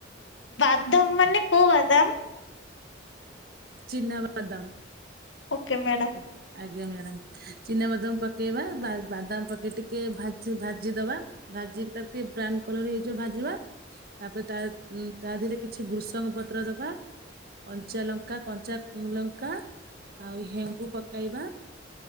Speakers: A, on the left (about 80°); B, on the right (about 55°).
A: ବାଦାମ ମାନେ କୋଉ ବାଦାମ?
B: ଚିନାବାଦାମ।
A: Okay madam.
B: ଆଜ୍ଞା, ଆଜ୍ଞା ମ୍ୟାଡ଼ାମ୍, ଚିନାବାଦାମ ପକେଇବା ବା-ବାଦାମ ପକେଇ ଟିକେ ଭାଜ ସେ ଭାଜି ଦବା ଭାଜିିକି ତାକୁ ଟିକେ ବ୍ରାଉନ୍ କଲର୍ ହେଇଯିବ ଭାଜିବା। ତାପରେ ତା ଉଁ, ତା ଦେହରେ କିଛି ଭ୍ରୁସଙ୍ଗ ପତ୍ର ଦବା କଞ୍ଚା ଲଙ୍କ ଙ୍କା କଞ୍ଚା ଲଙ୍କା ଆଉ ହେଙ୍ଗୁ ପକାଇବା।